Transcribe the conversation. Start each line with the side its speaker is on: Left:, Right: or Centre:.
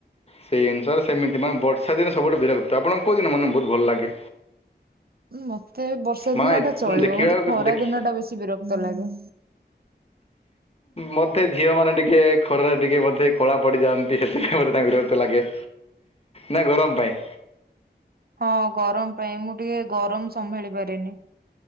Left: ସେଇ ଅନୁସାରେ ସେମିତି ମାନେ ବର୍ଷା ଦିନ ସବୁଠୁ ବିରକ୍ତ। ଆପଣ କୋଉ ଦିନ ମାନେ ବହୁତ ଭଲ ଲାଗେ?
Right: ମତେ ବର୍ଷା
Left: ମାନେ
Right: ଦିନ ଟା ଚଳିବ।
Left: ଦେଖିବାକୁ
Right: ମତେ ଖରା
Left: ଦେଖି
Right: ଦିନ ଟା ବେଶୀ ବିରକ୍ତ ଲାଗେ।
Left: ମତେ ଝିଅ ମାନେ ଟିକେ ଖରାରେ ଟିକେ ବୋଧେ କଳା ପଡିଯାଆନ୍ତି ସେଥିପାଇଁ ମୋତେ ତା ବିରକ୍ତ ଲାଗେ। ନା ଗରମ ପାଇଁ।
Right: ହଁ ଗରମ ପାଇଁ ମୁଁ ଟିକେ ଗରମ ସମ୍ଭାଳି ପାରେନି।